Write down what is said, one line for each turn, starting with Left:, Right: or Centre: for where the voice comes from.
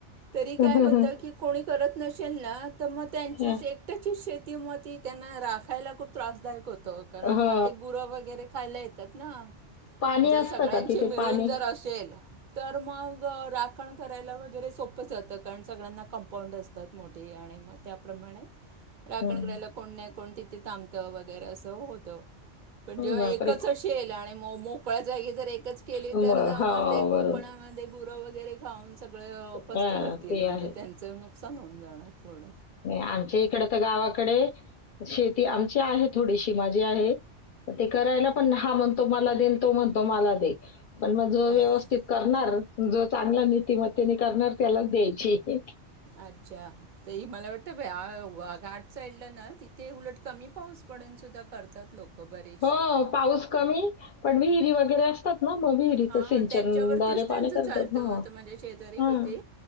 Right: तरी
Left: हं,
Right: काय
Left: हं,
Right: होत
Left: हं.
Right: की कोणी करत नसेल न त्यात तर मग त्यांचीच
Left: हं.
Right: एकट्याची शेत ती म ती त्यांना राखायला खूप त्रासदायक होत कारण
Left: हो.
Right: मग ते गुरं वगैरे खायला येत तत ना
Left: पाणी
Right: जर
Left: असतं
Right: सगळ्यांशी
Left: का तिथे
Right: मिळून
Left: पाणी?
Right: जर असेल तर मग रात ण कराय वगैरे सोपं जात त काण सगळ्यांना कंपाउंड असतात मोठी आणि मग त्याप्रमाणे राखण
Left: हं.
Right: करायला कोण नाही कोण ती ते थांबतं वगैरे असं होतं. पण जेव्हा
Left: बापरे!
Right: एकच असे येल आणि मोकळ्या जागी जर एकच केली
Left: मग
Right: तर
Left: हो,
Right: म ते कुंपणामध्ये
Left: बरोबर.
Right: गुरं वगैरे खाऊन सगळं फस
Left: हां,
Right: हरतीली
Left: ते
Right: म्हणजे
Left: आहे.
Right: त्यांच नुकस नुकसान होऊन जाणार पूर्ण
Left: आमच्या इकडे तर गावाकडे शेती आमची आहे थोडीशी माझी आहे ते करायला पण हा म्हणतो मला देन तो म्हणतो मला दे पण मग जो व्यवस्थित
Right: अच्छा
Left: करणार जो चांगला नीतीिमत्तेने करणार त्यालाच द्यायची
Right: अच्छा ते मला वाटतं घाट साईडला ना तिथे उलट कमी पाऊस पडून सुद्धा करतात लोक बरेचसे
Left: हो पाऊस कमी पण विहिरीमध्ये वगै असतात ना मग विहिरीचं
Right: हा
Left: सिंचनद्वारे
Right: त्यांच्यावरतीच त्यांच
Left: पाणी करतात
Right: चालत
Left: हो
Right: माझे शेजारी
Left: हां,
Right: होते